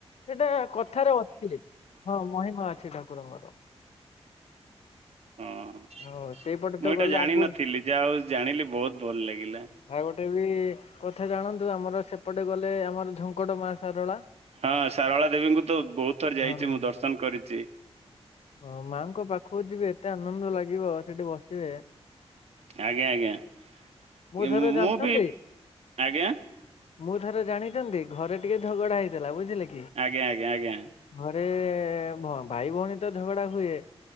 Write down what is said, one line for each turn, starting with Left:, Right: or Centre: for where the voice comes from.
Left: ସେଇଟା କଥାରେ ଅଛି ହଁ ମହିମା ଅଛି ଠାକୁରଙ୍କର।
Right: ହଁ ମୁଁ
Left: ହଉ ସେଇପଟେ ତ
Right: ଏଇଟା
Left: ଗଲେ
Right: ଜାଣିନଥିଲି
Left: ଆଗୁ
Right: ଯାହା ହଉ ଜାଣିଲି ବହୁତ ଭଲ ଲାଗିଲା।
Left: ଆଉ ଗୋଟେ ବି କଥା ଜାଣନ୍ତୁ ଆମର ସେପଟେ ଗଲେ ଆମର ଝଙ୍କଡ଼ ମା ଶାରଳା।
Right: ହଁ ଶାରଳା ଦେବୀଙ୍କୁ ତ ବହୁତ ଥର ଯାଇଛି
Left: ହଁ ହଁ
Right: ମୁଁ ଦର୍ଶନ କରିଛି।
Left: ହଁ ମାଙ୍କ ପାଖକୁ ଯିବେ ଏତେ ଆନନ୍ଦ ଲାଗିବ ସେଠି ବସିବେ।
Right: ଆଜ୍ଞା ଆଜ୍ଞା
Left: ଥରେ ଜାଣିଛନ୍ତି
Right: ମୁଁ ବି ଆଜ୍ଞା।
Left: ମୁଁ ଥରେ ଜାଣିଛନ୍ତି ଘରେ ଟିକେ ଝଗଡା ହେଇଥିଲା ବୁଝିଲେ କି।
Right: ଆଜ୍ଞା ଆଜ୍ଞା ଆଜ୍ଞା।
Left: ଘରେ ଭାଇ ଭଉଣୀ ତ ଝଗଡା ହୁଏ।